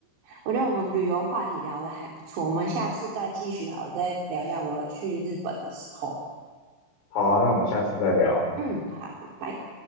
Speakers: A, on the right; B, on the left.
A: 我觉得我们旅游话题聊的还不错，我们下次再继续好了再聊一下我去日本的时候。
B: 好啊，那我们下次再聊。
A: 嗯，好，拜拜。